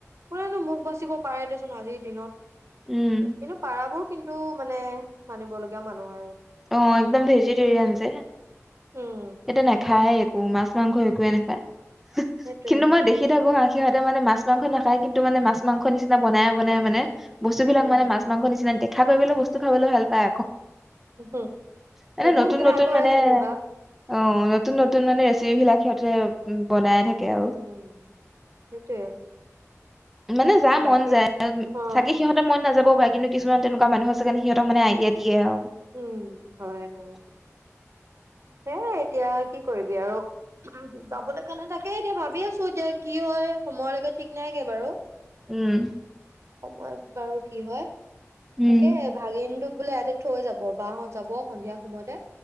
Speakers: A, on the right; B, in the centre.
A: কোনেনো মুখ বাচিব পাৰে দেখুন। কোন আজিৰ দিনত।
B: উম
A: কিন্তু পাৰাবোৰ, কিন্তু মানে মানিব লগগীয়া মানুহ আৰু,
B: অ একদম ভেজিটেৰিয়ান যে,
A: উম
B: এটো নাখায়, মাছ মাংস একোৱে নেখায়।
A: সেইটোয়ে
B: কিন্তু মই দেখি থাকো আ, সিহঁতে মানে মাছ মাংস নাখায় কিন্তু মানে মাছ মাংস নিচিনা বনাইে বনাই মানে, বস্তুবিলাক
A: উম
B: মানে মাছ মাংস নিচিনা,? ধাৰ লবলৈ বস্তু খাবলৈও ভাল পায় আকৌ,
A: উ হ,
B: মানে
A: সেইটো
B: নতুন
A: বেয়া
B: নতুন
A: কৰে
B: মানে
A: যেনিবা,
B: অ নতুন নতুন মানে ৰেচিপি বিলাক সিহঁতে বনাই থাকে। আৰু
A: উম সেইটোয়ে,
B: মানে যা
A: বাকী
B: মন যায়
A: অ
B: চাগে সিহঁতেৰ মন নাযাব। কিন্ত কিছু তেনেকুৱ মানুহ আছে সিহঁক আইডিয়া, দিয়ে আৰু
A: উম হয় হয় সে এতিয়া, কি কৰিবি আৰু যাবলৈ কাৰণে থাকে। এতিয়া ভাবি আছো এতিয়া কি, কি হয় সময়লৈকে ঠিক নাইকে বাৰু।
B: উম
A: সময়ত বাৰু কি হয়।
B: উম
A: তাকে ভাগিনটোক, বোলে ইয়াতে থৈ যাব। বাহত যাব সন্ধিয়া সময়তে,